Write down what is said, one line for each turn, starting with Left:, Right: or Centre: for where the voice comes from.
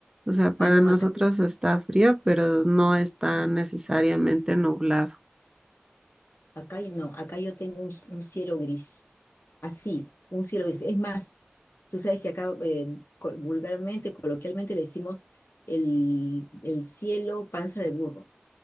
Right: o sea, para
Left: Ah, no,
Right: nosotros
Left: acá,
Right: está frío, pero no está necesariamente nublado.
Left: acá no, acá yo tengo un, un cielo gris. así, un cielo gris. Es más, tú sabes que acá eh, co- vulgarmente, coloquialmente le decimos el, el cielo panza de burro,